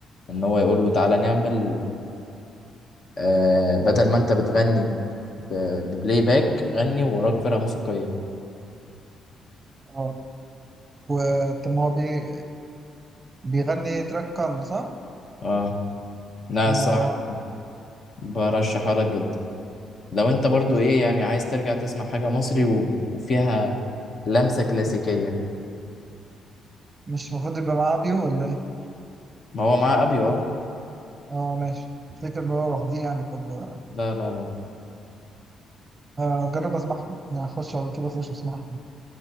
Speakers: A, on the left; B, on the right.
A: ان هو يقول له تعالى نعمل آه بدل ما انت بتغني ب- ببلاي باك غني وراك فرقة موسيقية
B: اه وطب ما هو بي... بيغني تراك كارما صح؟
A: اه لا
B: طب
A: الصراحة
B: ما هو
A: أنا برشحها لك جدا لو انت برضو
B: مش
A: ايه يعني عايز ترجع تسمع حاجة مصري و... وفيها لمسة كلاسيكية
B: مش المفروض يبقى معاه بيو ولا ايه؟
A: ما هو معاه ابيو اه
B: اه ماشي افتكر ان هو لوحديه يعني كان
A: لا لا لا
B: هجرب اسمعها يعني هخش على كده اسيرش واسمعها